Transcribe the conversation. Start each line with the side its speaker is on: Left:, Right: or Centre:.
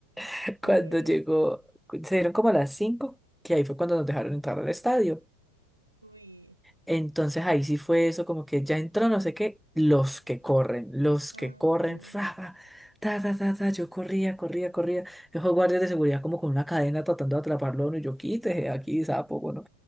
Centre: <laughs>
Right: imagínense.
Centre: Cuando llegó, se dieron como a las 5, que ahí fue cuando nos dejaron entrar al estadio.
Right: Uy.
Centre: Entonces ahí sí fue eso, como que ya entró, no sé qué, los que corren, los
Right: ah,
Centre: que corren, fra, fra, ta, ta, ta, ta, yo corría, corría, corría. Esos guardias de seguridad como con una cadena tratando de atraparlo a uno, y yo quítese aquí, sapo, bueno.